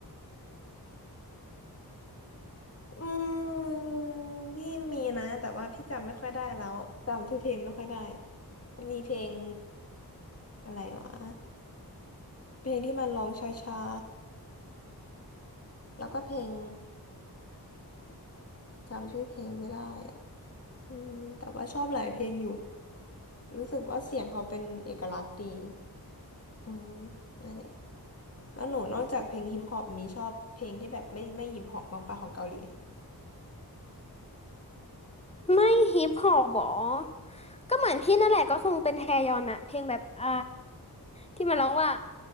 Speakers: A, on the left; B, on the left.
A: อืมพี่มีนะแต่ว่าพี่จำไม่ค่อยได้แล้วจำชื่อเพลงไม่ค่อยได้ มีเพลงอะไรวะเพลงที่มันร้องช้าๆแล้วก็เพลงจำชื่อเพลงไม่ได้อ่ะอืมแต่ว่าชอบหลายเพลงอยู่รู้สึกว่าเสียงเขาเป็นเอกลักษณ์ดีอืมนั่นแหละแล้วหนูนอกจากเพลงฮิปฮอปมีชอบเพลงที่แบบไม่ไม่ฮิปฮอปบ้างปะของเกาหลี
B: ไม่ฮิปฮอปหรอก็เหมือนพี่นั่นแหละก็คงเป็นแทยอนอะเพลงแบบไอ ที่มันร้องว่า